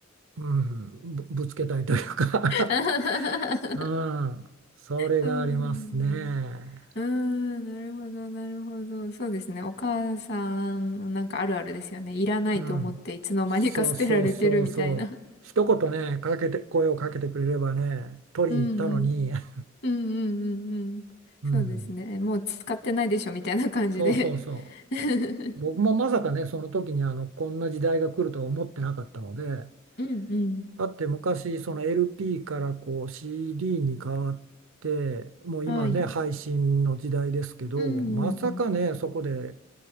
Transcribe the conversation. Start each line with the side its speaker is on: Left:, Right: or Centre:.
Right: うん、ぶ、ぶつけたいというか
Left: <laughs>
Right: うん、それがありますね。
Left: うん。うん、なるほど、なるほど。そうですね。お母さん、なんかあるあるですよね。いらないと思っていつの間にか捨てられてるみたいな。
Right: うん、そうそうそうそう。一言ね、かけて、声をかけてくれればね、取りに行ったのに、
Left: うんうん。
Right: <laughs>
Left: うんうんうんうん。
Right: うん、
Left: そうですね。もう使ってないでしょみたいな感じで
Right: そうそうそ
Left: <laughs>
Right: う。僕もまさかね、その時にあの、こんな時代が来るとは思ってなかったので、
Left: うんうん。
Right: だって昔、その LP からこう CD に変わって、もう今ね、
Left: はい。
Right: 配信の時代ですけど、
Left: うん。
Right: まさかね、そこで